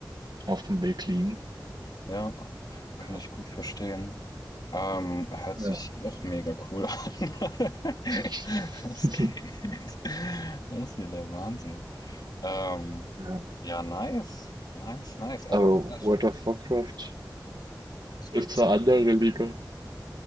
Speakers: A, on the right; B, on the left.
A: auf dem Weg liegen.
B: Ja,
A: Ja,
B: kann ich gut verstehen. Ähm, hört
A: ja.
B: sich auch mega cool an. <laughs>
A: <laughs>
B: Das geht. Das ist ja der Wahnsinn. Ähm,
A: Ja,
B: ja, nice. Nice, nice. Also,
A: aber
B: ja, stimmt,
A: World of
B: es gibt
A: Warcraft
B: noch. Es
A: ist
B: gibt,
A: eine andere
B: äh,
A: Liga.